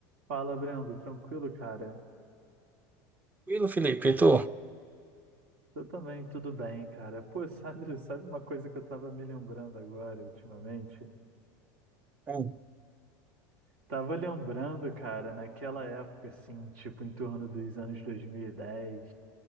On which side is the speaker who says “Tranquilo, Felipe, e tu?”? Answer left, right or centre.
Right